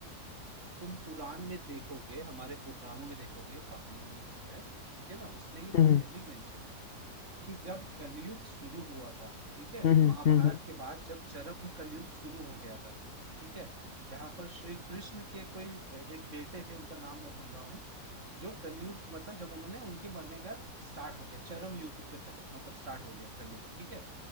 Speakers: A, on the right; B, on the left.
A: तुम पुराण में देखोगे हमारे पुराणों में देखोगे कहानी में जो है ठीक है ना उसमें ये क्लियरली
B: हम्म
A: मेंशन्ड है कि जब कलयुग शुरू हुआ था ठीक है
B: हम्म
A: महाभारत
B: हम्म हम्म,
A: के बाद जब चरम कलयुग शुरू हो गया था ठीक है जहां पर श्री कृष्ण के कोई एक बेटे थे उनका नाम मैं भूल रहा हूँ जो कलयुग मतलब जब उन्होंने उनके मरने का स्टार्ट हो गया चरम युग पे खत्म मतलब स्टार्ट हो गया कलयुग ठीक है